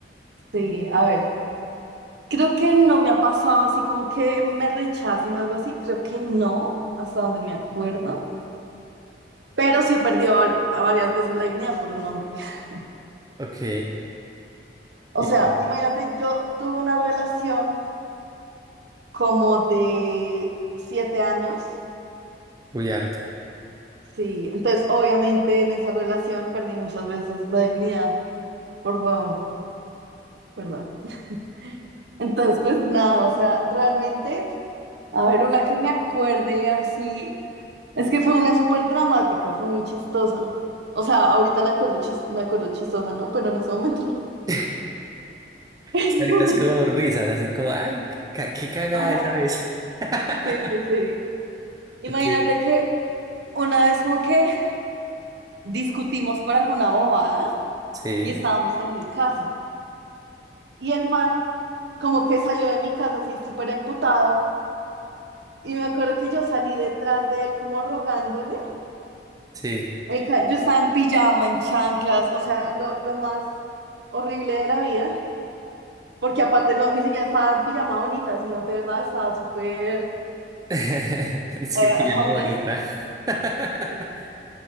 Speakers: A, on the right; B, on the right.
A: sí, a ver, creo que no me ha pasado así como que me rechacen o algo así, creo que no, hasta donde me acuerdo, pero sí he perdido var- varias veces la dignidad por un hombre. <laughs>
B: Ok,
A: O
B: y
A: sea,
B: cu-
A: imagínate, yo tuve una relación como de siete años,
B: uy, harto.
A: sí, entonces obviamente en esa relación perdí muchas veces la dignidad por huevón. perdón. <laughs> Entonces, pues nada, o sea, realmente, a ver, una que me acuerde así, es que fue una súper dramática, fue muy chistosa. O sea, ahorita la acuerdo chis- me acuerdo chistosa, ¿no? Pero en ese momento no.
B: <laughs>
A: <laughs>
B: Sí, Ahorita es como risas, así como, ay, qué, ca- qué cagada
A: Ajá,
B: esa vez. <laughs>
A: sí, sí, sí. Imagínate
B: Ok,
A: que una vez como que discutimos por alguna bobada
B: sí,
A: y estábamos en mi casa. Y el man como que salió de mi casa así súper emputado. Y me acuerdo que yo salí detrás de él como rogándole
B: sí.
A: el yo estaba en pijama, en chanclas, o sea, lo, lo más horrible de la vida, porque aparte no, ni siquiera estaba en pijama bonita, sino de verdad estaba súper
B: <laughs> Es
A: eh,
B: que pijama
A: homeless.
B: bonita. <laughs>
A: Sí.